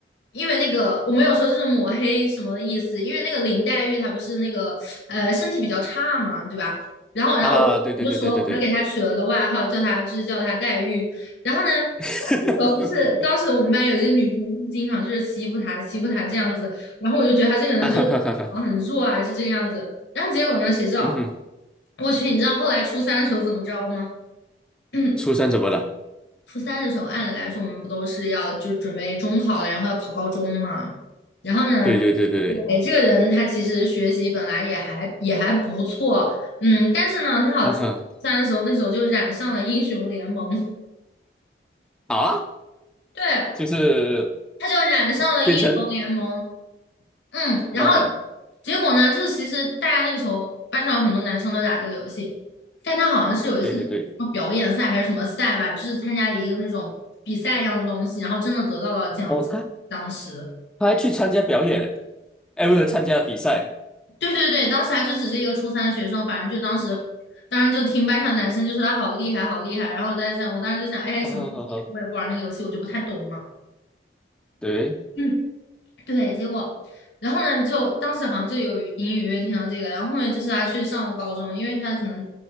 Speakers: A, on the left; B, in the centre.
A: 因为那个我没有说就是抹黑什么的意思，因为那个林黛玉她不是那个呃身体比较差嘛，对吧？然后然后我就说我就给他取了个外号，
B: 啊，对对对对对对，
A: 叫他就是叫他黛玉，然后呢，然后就是当时我们班有这个女生，
B: <laughs>
A: 就是经常就是欺负她，欺负她这样子。然后我就觉得她这个人就是啊很弱啊，
B: 哈哈哈哈哈，
A: 就这个样子。然后结果呢，谁知道？
B: 嗯哼，
A: 我去，你知道后来初三的时候怎么着吗？<clears throat>
B: 初三怎么了？
A: 初三的时候，按理来说我们不都是要就准备中考了，然后要考高中嘛。然后呢，
B: 对对对对对，
A: 对，这个人他其实学习本来也还也还不错，嗯，但是呢，他好像初三的时候那时候就染上了英雄联盟，
B: 啊哈，好啊，
A: <laughs> 对。
B: 就是
A: 他就染上了英雄联盟，
B: 变成
A: 嗯，然后
B: 啊哈，
A: 结果呢，就是其实大家那个时候班上有很多男生都打这个游戏，但他好像是有一次在什么表演赛还是什么赛吧，
B: 对对对，
A: 就是参加了一个那种比赛一样的东西，然后真的得到了奖金。
B: 哦，他
A: 当时，
B: 他还去参加表演了。哎，不是参加比赛，
A: 对对对，当时他就只是一个初三的学生，反正就当时，当时就听班上男生就说他好厉害，好厉害，然后我在想，我当时就想，哎，
B: 啊哈哈
A: 什么意思？我也不玩那个游戏，我就不太懂嘛。
B: 对，
A: 嗯。对，结果，然后呢，就当时好像就有隐隐约约听到这个，然后后面就是他去上了高中，因为他可能